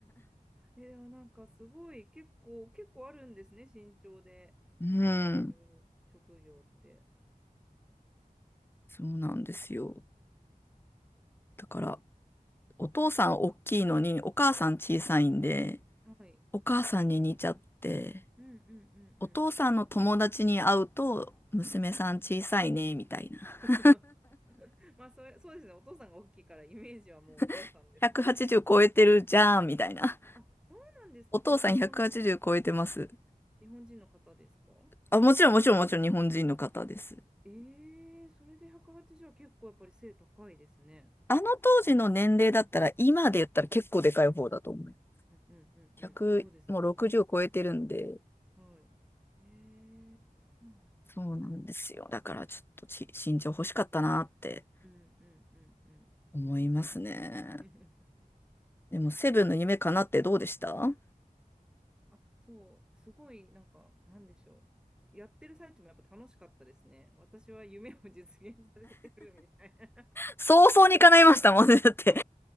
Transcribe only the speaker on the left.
うん、そうなんですよ。だから、お父さん大きいのに、お母さん小さいんで、
お母さんに似ちゃって、
お父さんの友達に会うと、
娘さん小さいね、
みたいな。
180超えてるじゃん、みたいな。
お父さん180超えてます。
あ、もちろんもちろんもちろん日本人の方です。
あの当時の年齢だったら、今で言ったら結構でかい方だと思う。
100、
もう60超えてるんで、
そうなんですよ。だからちょっとち身長欲しかったなって
思いますね。
でも、セブンの夢かなってどうでした
早々に叶いましたもんね。だって